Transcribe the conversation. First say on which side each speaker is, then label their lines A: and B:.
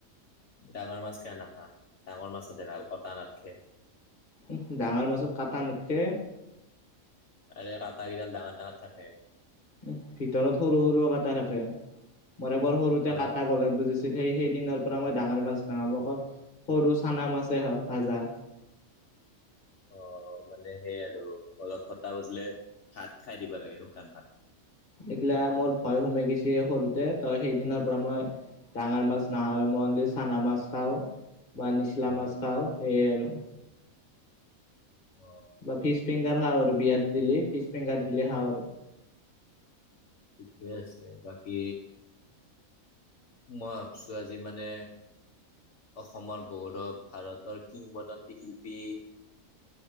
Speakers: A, on the left; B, on the left.
A: ডাঙৰ মাছ কিয় নাখা, ডাঙৰ মাছ দেখাল কটা নথ কে।
B: উ ডাঙৰ মাছৰ কাটা নাথকে।
A: আৰু কাটা কেইডাল ডাঙৰ ডাঙৰ থাকে।
B: উ ভিতৰত সৰু সৰু কাটা থাকে। মই এবৰ সৰুতে
A: ঘৰত
B: কাটা গলোত বুজিছ। সেই সেইদিনৰ পৰা মই ডাঙৰ মাছ নাখাওঁ। অকল সৰু চানা মাছে খাওঁ ভাজা।
A: অ মানে সেইয় আৰু অলপ কথা বজিলে। ভাত খাই দিব লাগে, শুকান ভাত।
B: এইগিলা মোৰ ভয় সোমাই গৈছে। সৰুতে তই সেইদিনৰ পৰা মই। ডাঙৰ মাছ নাখাৱে মনলি চানা মাছ খাওঁ বা নিচলা
A: উম
B: মাছ খাওঁ সেইয় আৰু।
A: অ
B: বা ফিচ ফিংগাৰ খাওঁ আৰু বিয়াত দিলে ফিচ ফিংগাৰ দিলে খাওঁ আৰু।
A: ঠিকেই আছে বাকী। মই ভাবছো আজি মানে। অসমৰ গৌৰৱ ভাৰতৰ কিংবদন্তী শিল্পী।